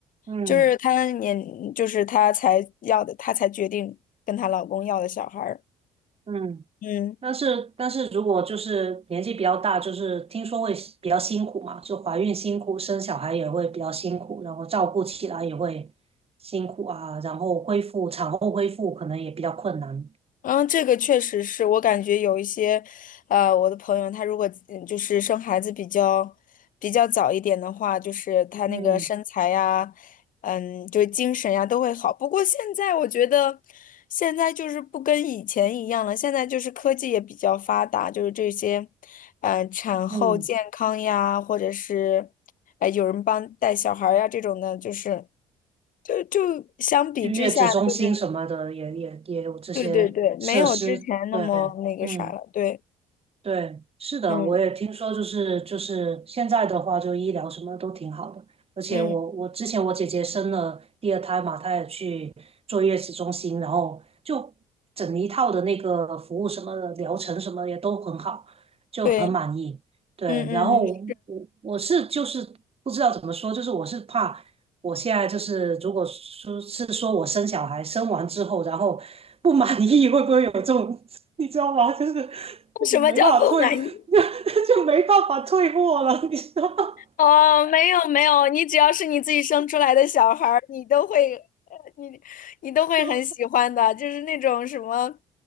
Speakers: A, on the right; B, on the left.
A: 嗯
B: 就是他年，就是他才要的，他才决定跟她老公要的小孩儿。
A: 嗯。
B: 嗯。
A: 但是但是如果就是年纪比较大，就是听说会比较辛苦嘛，就怀孕辛苦，生小孩也会比较辛苦，然后照顾起来也会辛苦啊，然后恢复产后恢复可能也比较困难。
B: 嗯，这个确实是我感觉有一些，呃，我的朋友他如果嗯就是生孩子比较比较早一点的话，就是他那个身材呀，
A: 嗯
B: 嗯，就是精神呀都会好。不过现在我觉得，现在就是不跟以前一样了，现在就是科技也比较发达，就是这些，嗯、产后健康呀，
A: 嗯，
B: 或者是，哎、有人帮带小孩儿呀这种的，就是，就就相比之下就是。
A: 就月子中心什么的也也也有这些设施，
B: 对对对，没有之前那么那个啥了。
A: 对，嗯。
B: 对，
A: 对，是的，
B: 嗯
A: 我也听说，就是就是现在的话，就医疗什么都挺好的，而且我我之前我姐姐生了第二胎嘛，
B: 嗯，
A: 她也去坐月子中心，然后就整一套的那个服务什么的疗程什么也都很好，就很满意。
B: 对，
A: 对，
B: 嗯嗯，
A: 然后我我是就是不知道怎么说，
B: 是。
A: 就是我是怕。我现在就是，如果说是说我生小孩，生完之后，然后不满意，<laughs> 会不会有这种，<laughs> 你知道吗？就是我没办法退，
B: 什么叫不满意？
A: <laughs> 就没办法退货了，<laughs> 你知道吗？
B: 哦，没有没有，你只要是你自己生出来的小孩儿，你都会，呃你你都会很喜欢的，
A: 就
B: 就是那种什么，